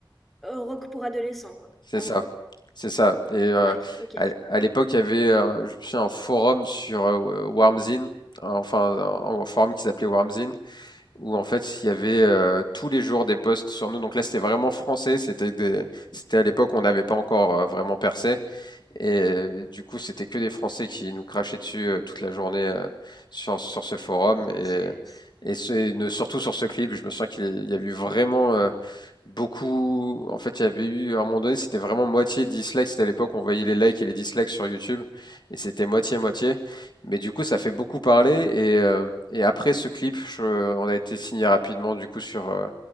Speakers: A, in the centre; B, on the left.
A: euh, rock pour adolescents, quoi,
B: C'est
A: en
B: ça,
A: gros.
B: c'est ça. Et euh,
A: Ouais, ok.
B: à, à l'époque, il y avait, euh, je me souviens, un forum sur euh, Wormzine, enfin un, un forum qui s'appelait Wormzine, où en fait il y avait euh, tous les jours des posts sur nous. Donc là, c'était vraiment français. C'était des, c'était à l'époque où on n'avait pas encore euh, vraiment percé. Et euh, du coup, c'était que des Français qui nous crachaient dessus euh, toute la journée euh, sur, sur ce forum.
A: Mon
B: Et,
A: Dieu.
B: et, ce- et ne- surtout sur ce clip, je me sens qu'il y a eu vraiment euh, beaucoup. En fait, il y avait eu, à un moment donné, c'était vraiment moitié dislikes. C'était à l'époque, on voyait les likes et les dislikes sur YouTube. Et c'était moitié-moitié. Mais du coup, ça fait beaucoup parler. Et, euh, et après ce clip, je- on a été signé rapidement, du coup, sur, euh,